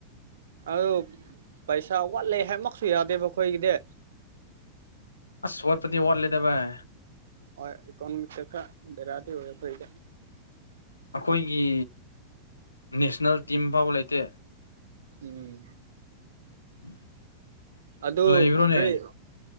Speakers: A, on the right; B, on the left.
A: ꯑꯗꯨ ꯄꯩꯁꯥ ꯋꯥꯠꯂꯦ ꯍꯥꯏꯃꯛꯁꯨ ꯌꯥꯗꯦꯕ ꯑꯈꯣꯏꯒꯤꯗꯤ
B: ꯑꯁ ꯋꯥꯠꯄꯗꯤ ꯋꯥꯠꯂꯤꯗ ꯚꯥꯏ
A: ꯍꯣꯏ ꯏꯀꯣꯅꯣꯃꯤꯛꯇ ꯈꯔ ꯕꯦꯔꯥꯗꯤ ꯑꯣꯏ ꯑꯈꯣꯏꯗ
B: ꯈꯣꯏꯒꯤ ꯅꯦꯁꯅꯦꯜ ꯇꯤꯝ ꯐꯥꯎꯕ ꯂꯩꯇꯦ
A: ꯎꯝ
B: <unintelligible>
A: ꯑꯗꯨ
B: ꯂꯩꯕ꯭ꯔꯣꯅꯦ
A: ꯀ꯭ꯔꯤ